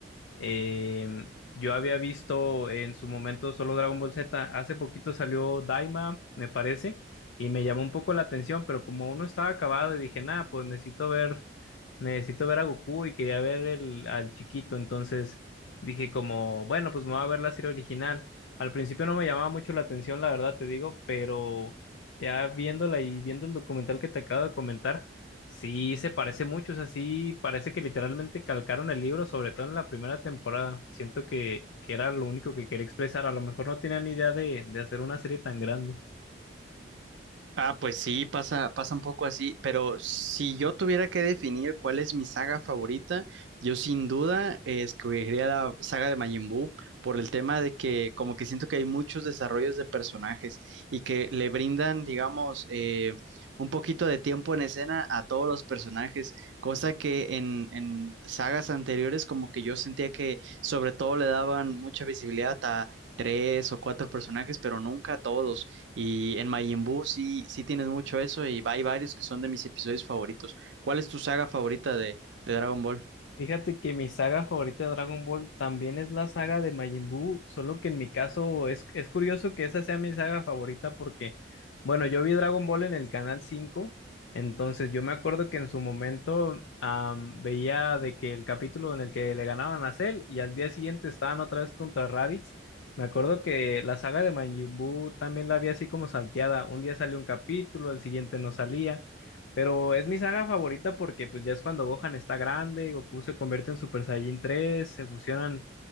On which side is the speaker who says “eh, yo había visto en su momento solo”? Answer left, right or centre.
Left